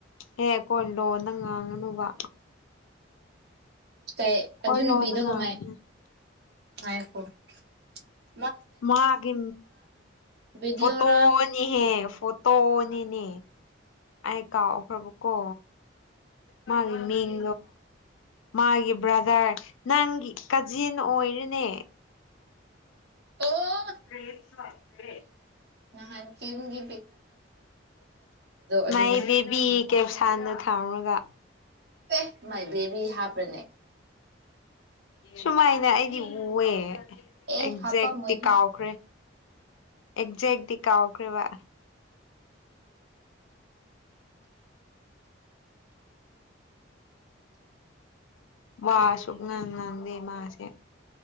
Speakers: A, on the left; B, on the right.
A: <unintelligible> ꯂꯣꯟꯗ ꯉꯥꯡꯒꯅꯨꯕ
B: ꯀꯩ
A: ꯑꯩꯈꯣꯏ
B: ꯑꯗꯨ ꯅꯨꯄꯤꯗꯣ
A: ꯂꯣꯟꯗ ꯉꯥꯡꯒꯅꯨ
B: ꯀꯃꯥꯏ ꯍꯥꯏ <unintelligible>
A: ꯃꯥꯒꯤ
B: ꯚꯤꯗꯤꯑꯣꯔꯥ
A: ꯐꯣꯇꯣꯅꯤꯍꯦ ꯐꯣꯇꯣ ꯅꯤꯅꯦ ꯑꯩ ꯀꯥꯎ ꯈ꯭ꯔꯕꯀꯣ ꯃꯥꯒꯤ ꯃꯤꯡ ꯃꯥꯒꯤ ꯕ꯭ꯔꯗꯔ ꯅꯪꯒꯤ ꯀꯥꯖꯤꯟ ꯑꯣꯏꯔꯦꯅꯦ <unintelligible>
B: ꯑꯣ ꯅꯥꯍꯟ ꯀꯥꯝꯒꯤ ꯑꯗꯨꯅꯦ
A: ꯃꯥꯏ ꯕꯦꯕꯤ ꯀꯦꯞꯁꯥꯟꯗ ꯇꯥꯧꯔꯒ
B: ꯑꯦ ꯃꯥꯏ ꯕꯦꯕꯤ ꯍꯥꯞꯄ꯭ꯔꯅꯦ
A: ꯁꯨꯃꯥꯏꯅ ꯑꯩꯗꯤ ꯎꯑꯦ
B: ꯑꯦ
A: ꯑꯦꯛꯖꯦꯛꯇꯤ
B: ꯍꯥꯞꯄꯝꯃꯣꯏꯍꯦ
A: ꯀꯥꯎꯈ꯭ꯔꯦ ꯑꯦꯛꯖꯦꯛ꯫ ꯀꯥꯎꯈ꯭ꯔꯦꯕ꯫ ꯋꯥꯁꯨ ꯉꯥꯡ ꯉꯥꯡꯗꯦ ꯃꯥꯁꯦ